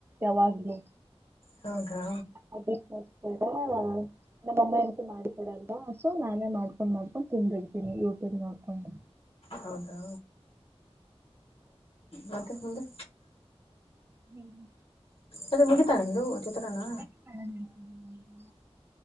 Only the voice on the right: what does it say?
ಯಾವಾಗ್ಲೂ.
ಅದಕ್ <unintelligible> ನಮ್ಮಮ್ಮ ಅಂತ ಮಾಡ್ಕೊಡಲ್ವಾ ಸೊ ನಾನೇ ಮಾಡ್ಕೊಂಡ್ ಮಾಡ್ಕೊಂಡು ತಿಂದಬಿಡ್ತೀನಿ ಯೂ ಟೂಬ್ ನೋಡಕೊಂಡು.
ಹ್ಮ್
<unintelligible>